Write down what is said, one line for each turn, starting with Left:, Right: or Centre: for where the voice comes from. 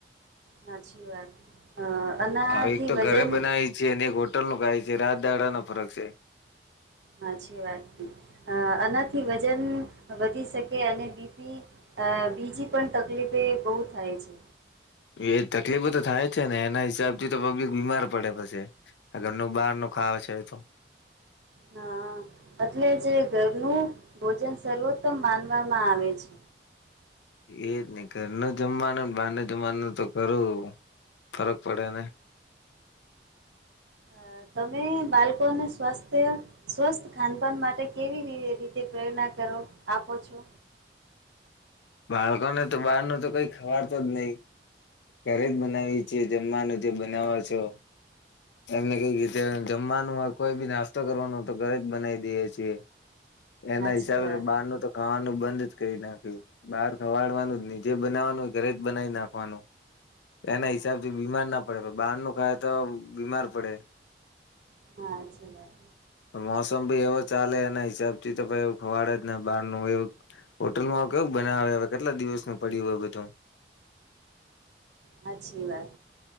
Right: હાચી વાત. અ આનાથી
Left: હ એક તો
Right: વજન
Left: ઘરે બનાવી છીએ અને એક હોટલ નું ખાય છે રાતદાડાનો ફરક છે.
Right: હાચી વાત છે. અ આનાથી વજન વધી શકે અને બી. પી અ બીજી પણ તકલીફે બહુ થાય છે.
Left: એ તકલીફો તો થાય જ છેને એના હિસાબથી તો પબ્લિક બીમાર પડે પછે. આ ઘરનું બહારનું ખાવુ છે એતો.
Right: હા એટલે જે ઘરનું ભોજન સર્વોત્તમ માનવામાં આવે છે.
Left: એજ ને ઘરનું જમવાનું ને બહારનું જમવાનું તો ઘરું ફરક પડે ને.
Right: અ તમે બાલકોને સ્વાસ્થ્ય સ્વસ્થ ખાનપાન માટે કેવી રીતે પ્રેરણા કરો આપો છો?
Left: બાળકોને તો બહારનો તો કંઈ ખવારતો જ નહી. ઘરે જ બનાવીએ છીએ જમવાનું જે બનાવો છો. એમને કઈ જ જમવાનું હોય કોઈ બી નાસ્તો કરવાનું તો ઘરે જ બનાવી દઈએ છીએ. એના
Right: સાચી
Left: હિસાબે
Right: વાત
Left: બહારનું તો ખાવાનું બંધ જ કરી નાખ્યું. બહાર ખવાડવાનું ની જે બનાવવાનું ઘરે જ બનાવી નાખવાનું. એના
Right: હા
Left: હિસાબથી બીમાર ના પડે, પણ બહાર નું ખાયે તો બીમાર પડે.
Right: હા હાચી વાત.
Left: મોસમ બી એવો ચાલે એના હિસાબ થી તો કાંઈ એવું ખવાડે જ ના બહાર નું એવું. હોટલમાં કેવું બનાવે, હવે કેટલા દિવસનું પડ્યું હોય બધું.
Right: હાચી વાત.